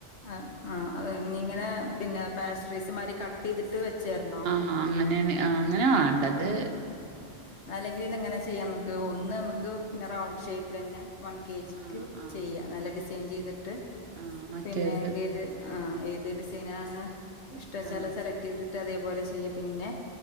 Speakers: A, on the left; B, on the right.
A: ആഹ് ആഹ് ഇനി ഇങ്ങനെ പിന്നെ പാസ്ട്രീസ് മാതിരി കട്ട് ചെയ്തിട്ട് വെച്ചെര്ന്നോ
B: ആഹ് അങ്ങനെയാണ് ആ അങ്ങനെ വാണ്ടത്
A: ആഹ് അല്ലെങ്കിൽ പിന്നെ ഇങ്ങനെ ചെയ്യാം നമക്ക് ഒന്ന് നമ്മക്ക് പിന്നെ റൗണ്ട് ഷേപ്പിലെന്നെ വൺ കെ ജിക്ക്
B: ആഹ് ആഹ്
A: ചെയ്യാം നല്ല ഡിസൈൻ ചെയ്തിട്ട്
B: ആഹ് മറ്റേത്
A: പിന്നെ എക്ക് ഇത് ആഹ് ഏത് ഡിസൈൻ ആണ് ഇഷ്ടാച്ചാല്
B: ആഹ്
A: അത് സെലക്ട് ചെയ്തിട്ട് അതേപോലെ ചെയ്യാ പിന്നെ